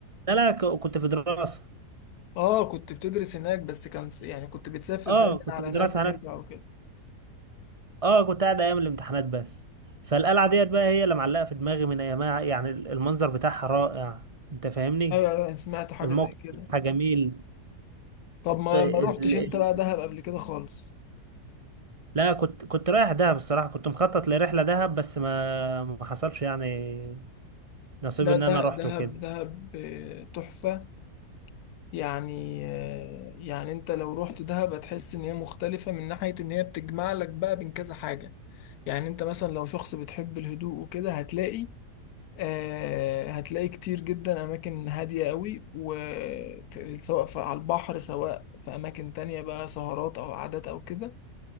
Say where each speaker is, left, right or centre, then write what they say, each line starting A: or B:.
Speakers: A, on the right (about 30°); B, on the left (about 70°).
A: لا لا ك- كنت في دراسه
B: اه كنت بتدرس هناك بس كان س- يعني كنت بتسافر
A: اه
B: دايما
A: كنت
B: على
A: في
B: هناك
A: دراسه
B: وترجع
A: هناك
B: وكده
A: اه كنت قاعد ايام الامتحانات بس فالقلعه ديت بقى هي اللي معلقه في دماغي من ايامها يعني المنظر بتاعها رائع انت فاهمني
B: ايوه ايوه أنا سمعت حاجه
A: الموقف
B: زي كده
A: بتاعها جميل
B: طب ما
A: ت-
B: ما روحتش
A: ال...
B: انت
A: ال-
B: بقى دهب قبل كده خالص
A: لا كنت كنت رايح دهب الصراحة كنت مخطط لرحلة دهب بس ما ما حصلش يعني نصيب
B: لا
A: ان
B: ده
A: انا رحت
B: دهب
A: وكده
B: دهب آه، تحفه يعني آه، يعني انت لو رحت دهب هتحس ان هي مختلفه من ناحيه ان هي بتجمع لك بقى بين كذا حاجه يعني انت مثلا لو شخص بتحب الهدوء وكده هتلاقي آه، هتلاقي كتير جدا أماكن هادية قوي و في- سواء في على البحر سواء في أماكن تانية بقى سهرات أو عادات أو كده